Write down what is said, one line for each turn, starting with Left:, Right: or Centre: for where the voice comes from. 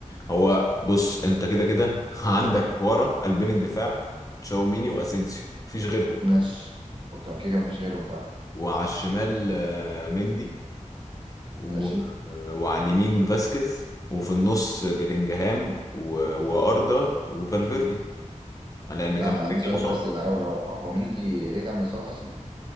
Left: هو بص انت كده كده <laughs> عندك ورا قلبين الدفاع تشاوميني واسينسيو مفيش غيرهم
Right: ماشي اوكي ما كده كده مفيش غيرهم فعلا
Left: وعلى الشمال آه، مندي و...
Right: ماشي
Left: آه، وعلى اليمين فاسكيز وفي النص بلينجهام و... واردا وفالفيردي لان
Right: لا
Left: كامافينجا
Right: انا عندي سؤال
Left: مصاب
Right: بس الاول هو هو مندي رجع من الاصابه اصلا